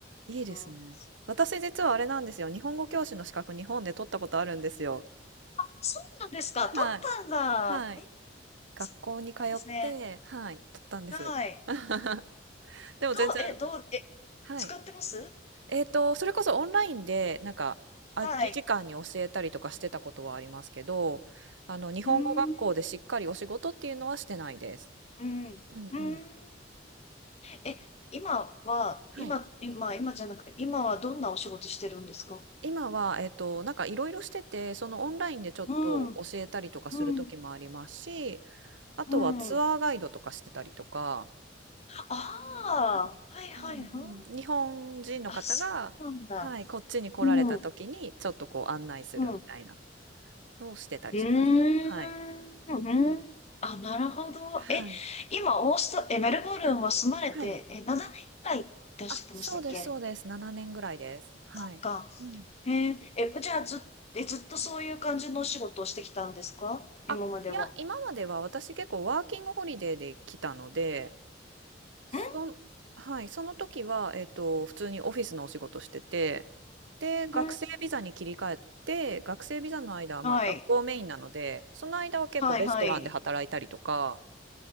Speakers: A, on the right (about 85°); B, on the left (about 35°).
A: いいですね。
B: うん、
A: 私実はあれなんですよ。日本語教師の資格日本で取ったことあるんですよ。
B: そうなんですか。
A: はい。
B: 取ったんだ。
A: はい。
B: え、
A: 学校に通って、
B: そうなんですね。
A: はい、取ったんです。
B: はい。
A: <laughs> でも全然、
B: どう、え、どう、え、
A: はい。
B: 使ってます
A: えっと、それこそオンラインで、なんか、空き時間に教えたりとかしてたことはありますけど、
B: はい。
A: あの、日本語学校でしっかりお仕事っていうのはしてないです。
B: うーん、うん、
A: うんうん。
B: うん。え、今は、
A: はい。
B: 今、今、今じゃなくて、今はどんなお仕事してるんですか
A: 今は、えっと、なんかいろいろしてて、そのオンラインでちょっと教えたりとかする時もありますし、
B: うん、うん、
A: あとはツアーガイドとかしてたりとか、
B: うん。あ
A: はいうんうん、
B: あ、はいはい、ふん。
A: 日本人の方が、
B: あ、そうなんだ。
A: はい、こっちに来られた時にちょっとこう案内するみたいな
B: うん、うん。う
A: のをしてたりします。
B: ーん、
A: はい。
B: うん。
A: うん
B: あ、なるほど。
A: はい。
B: え、今、オースト、え、メルボルンは住まれて、
A: はい。
B: え、7年くらいっておっしゃってましたっけ
A: あ、そうです、そうです。7年ぐらいです。はい。
B: そっか。
A: うん
B: えーえ、じゃあず、え、ずっとそういう感じのお仕事をしてきたんですか今までは。
A: あ、いや、今までは私結構ワーキングホリデーで来たので、そん、
B: ん
A: はい、その時は、えっと、普通にオフィスのお仕事してて、で、学生ビザに切り替えて、
B: うん。
A: 学生ビザの間は、
B: はい。
A: まあ、学校メインなので、その間は結構レストランで働いたりとか
B: はい、はい。